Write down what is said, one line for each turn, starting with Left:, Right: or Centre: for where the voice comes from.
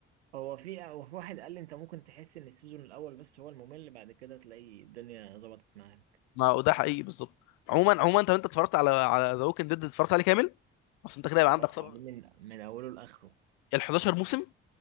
Right: هو في هو في واحد قال لي انت ممكن تحس ان السيزون الاول بس هو الممل بعد كده تلاقي الدنيا ظبطت معاك
Left: ما هو ده حقيقي بالظبط عموما عموما طب انت اتفرجت على على ذا ووكينج ديد اتفرجت عليه كامل اصل انت كده
Right: اتفرجت
Left: يبقى عندك صبر
Right: عليه من من اوله لاخره
Left: ال 11 موسم